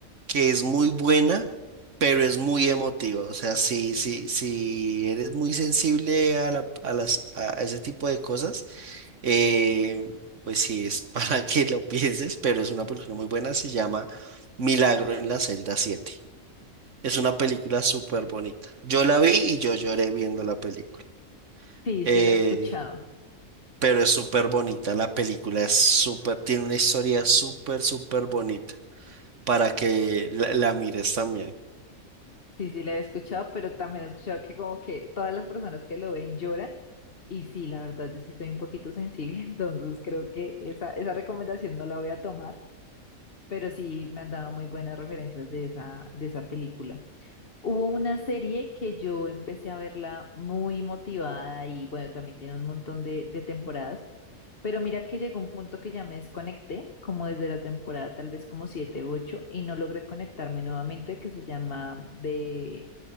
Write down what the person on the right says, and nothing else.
que es muy buena, pero es muy emotiva. O sea, si, si, si eres muy sensible a la- a las, a ese tipo de cosas, eh, pues sí es <laughs> para que lo pienses, pero es una película muy buena. Se llama Milagro en la celda siete Es una película súper bonita. Yo la vi y yo lloré viendo la película.
Eh,
pero es súper bonita. La película es súper, tiene una historia súper, súper bonita para que la, la mires también.